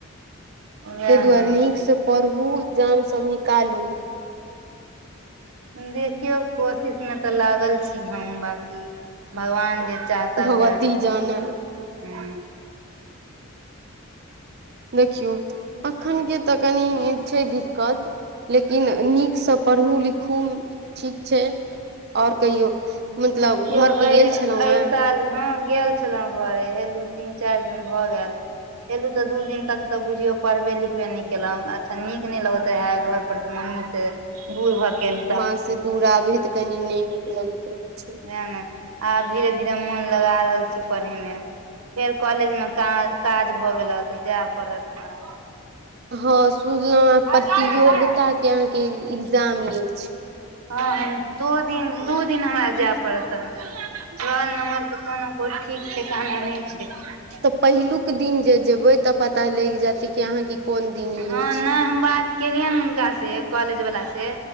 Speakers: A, on the right; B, on the right.
A: उएह
B: ताहि दुआरे
A: ने
B: नीकसँ पढ़ू जामसभ निकालू
A: देखियौ कोशिश मे तऽ लागल छी हम बाकि भगवान जे चाहता
B: भगवती
A: ओह हैताह
B: जाने
A: हूँ
B: देखियो अखन के तऽ कनि छै दिक्कत लेकिन नीकसँ पढ़ू लिखू ठीक छै आओर कहियौ मतलब
A: देखियौ
B: घर पर
A: ऐ
B: गेल छलहुँ
A: एहि
B: हेँ
A: साल मे हँ गेल छलहुँ घरे एलहुँ तीन चारि दिन भऽ गेल एलू तऽ दू दिन तक तऽ बुझियो पढ़बे लिखबे नहि केलो अच्छा नीक न लगत रहे घर उपरसँ मम्मी से बुढ़ भ गेले
B: माँ से दूर आबे है तऽ कनि नहि नीक लगैत रहे छै
A: साह ने आब धीरे धीरे मोन लगा रहल छी पढ़ेमे फेर कॉलेज मे काज भऽ गेलह तऽ जाय पड़त हमरा
B: हँ सुनलहुँ प्रतियोगिता
A: हमरा
B: के अहाँके एग्जाम अछि
A: हँ दू दिन दू दिन हमरा जाय पड़त रोल नंबर के कोनो कोइ ठीक ठिकाना कहनाई नहि छै
B: पहिलुक दिन जे जेबै त पता लगि जैयत कि अहां <unintelligible> के कि कोन दिन ई
A: हँ
B: अछि
A: नहि हम बात केलियैन हुनका से कॉलेज वला से